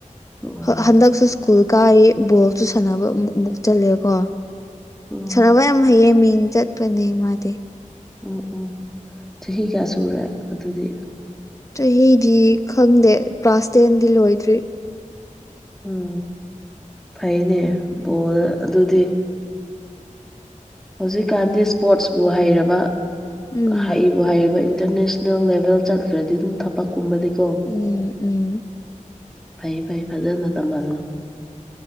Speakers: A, in the centre; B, on the left (about 25°).
A: ꯎꯝ
B: ꯍ ꯍꯟꯗꯛꯁꯨ ꯁ꯭ꯀꯨꯜ ꯀꯥꯏ ꯕꯣꯜꯁꯨ ꯁꯥꯟꯅꯕ ꯑꯃꯨꯛꯃꯨꯛ ꯆꯠꯂꯦꯀꯣ
A: ꯎꯝ
B: ꯁꯥꯟꯅꯕ ꯌꯥꯝ ꯍꯩꯌꯦ ꯃꯤꯡ ꯆꯠꯄꯅꯦ ꯃꯥꯗꯤ
A: ꯎꯝ ꯎꯝ ꯆꯍꯤ ꯀꯌꯥ ꯁꯨꯔꯦ ꯑꯗꯨꯗꯤ
B: ꯆꯍꯤꯗꯤ ꯈꯪꯗꯦ ꯀ꯭ꯂꯥꯁ ꯇꯦꯟꯗꯤ ꯂꯣꯏꯗ꯭ꯔꯤ
A: ꯎꯝ ꯐꯩꯅꯦ ꯕꯣꯜ ꯑꯗꯨꯗꯤ ꯍꯧꯖꯤꯛꯀꯥꯟꯗꯤ ꯁ꯭ꯄꯣꯔꯠꯁꯕꯨ ꯍꯩꯔꯕ
B: ꯎꯝ
A: ꯍꯩꯕꯨ ꯍꯩꯔꯕ ꯏꯟꯇꯔꯅꯦꯁ ꯅꯦꯜ ꯂꯦꯚꯦꯜ ꯆꯠꯈ꯭ꯔꯗꯤ ꯑꯗꯨꯝ ꯊꯕꯛꯀꯨꯝꯕꯗꯤꯀꯣ
B: ꯎꯝ ꯎꯝ
A: ꯐꯩ ꯐꯩ ꯐꯖꯅ ꯇꯝꯍꯜꯂꯣ